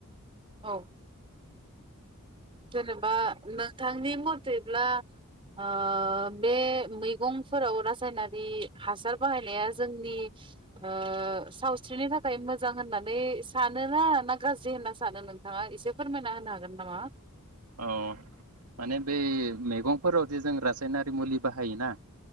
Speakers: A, on the right; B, on the right.
A: औ जेनेबा नोंथांनि मथेब्ला ओ बे मैगंफोराव रासायनारि हासार बाहायनाया जोंनि ओ सावस्रिनि थाखाय मोजां होननानै सानोना ना गाज्रि होनना स सानो नोंथाङा एसे फोरमायना होनो हागोन नामा?
B: औ माने बै मैगंफोराव जे जों रासायनारि मुलि बाहायोना